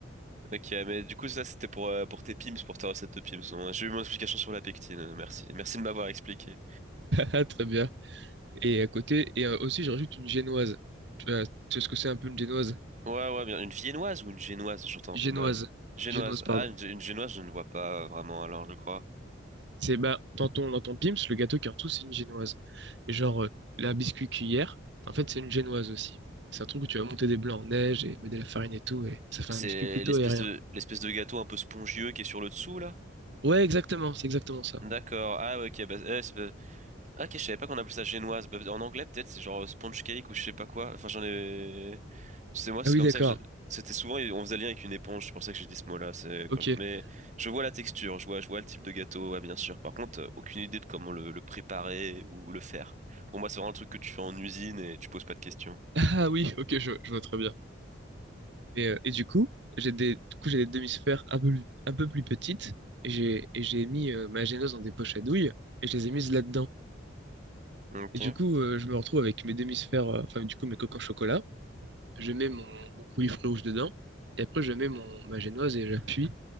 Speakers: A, on the right (about 35°); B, on the right (about 65°).
A: ok, mais du coup ça c'était pour, euh, pour tes pims, pour ta recette de pims. Bon, J'ai eu mon explication sur la pectine, euh, merci. Merci de m'avoir expliqué.
B: Ah, très bien. Et à côté, et euh, aussi, je rajoute une génoise. Tu vois, tu sais ce que c'est un peu une génoise?
A: Ouais, ouais, bien. Une viennoise ou une génoise, j'entends un
B: Génoise.
A: peu mal. Génoise,
B: Génoise, pardon.
A: ah, une, une génoise je ne vois pas vraiment alors je crois.
B: C'est bah dans ton dans ton Pim's, le gâteau qui est en dessous, c'est une génoise. Et genre euh, la biscuit cuillère, en fait, c'est une génoise aussi. C'est un truc où tu vas monter des blancs en neige et mettre de la farine et tout, et ça fait
A: C'est
B: un biscuit plutôt
A: l'espèce
B: aérien.
A: de, l'espèce de gâteau un peu spongieux qui est sur le dessous là?
B: Ouais, exactement, c'est exactement ça.
A: D'accord, ah ouais, ok, bah, eh, c'est- bah, ah, ok, je savais pas qu'on appelait ça génoise. Bah, en anglais peut-être c'est genre euh, sponge cake ou je sais pas quoi, enfin j'en ai... C'est moi, c'est
B: Ah oui,
A: comme
B: d'accord.
A: ça que je... C'était souvent, on faisait lien avec une éponge, c'est pour ça que j'ai dit ce mot-là. C'est quand
B: Ok.
A: je- Mais
B: <laughs>
A: je vois la texture, je vois, je vois le type de gâteau, ouais, bien sûr. Par contre, euh, aucune idée de comment le, le préparer ou le faire. Pour moi, c'est vraiment un truc que tu fais en usine et tu poses pas de questions.
B: Ah oui, ok, je, je vois très bien. Mais euh, et du coup, j'ai des du coup j'ai des demi-sphères un peu plus- un peu plus petites et j'ai et j'ai mis euh, ma génoise dans des poches à douille et je les ai mises là-dedans.
A: Ok.
B: Et du coup, euh, je me retrouve avec mes demi-sphères, euh, enfin du coup mes coques en chocolat. je mets mon, mon coulis rouge dedans, et après je mets mon, ma génoise et j'appuie,